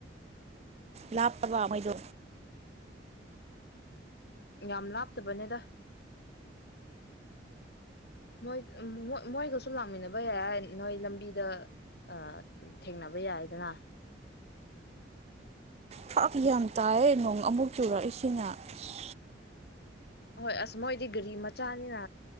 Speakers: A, on the right; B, on the left.
A: ꯂꯥꯞꯄꯕꯥ ꯃꯣꯏꯗꯣ
B: ꯌꯥꯝ ꯂꯥꯞꯇꯕꯅꯦꯗ ꯃꯣꯏ ꯃ ꯃꯣꯏ ꯒꯥꯁꯨ ꯂꯞꯃꯤꯟꯅꯕ ꯕ ꯌꯥꯏ ꯅꯣꯏ ꯂꯝꯕꯤꯗ ꯑ ꯊꯦꯡꯅꯕ ꯌꯥꯏꯗꯅ
A: ꯐꯀ ꯌꯥꯝ ꯇꯥꯏꯌꯦ ꯅꯣꯡ ꯑꯃꯨꯛ ꯆꯨꯔꯛꯏꯁꯤꯅ ꯑꯁ
B: ꯍꯣꯏ ꯑꯁ ꯃꯣꯏꯗꯤ ꯒꯥꯔꯤ ꯃꯆꯥꯅꯤꯅ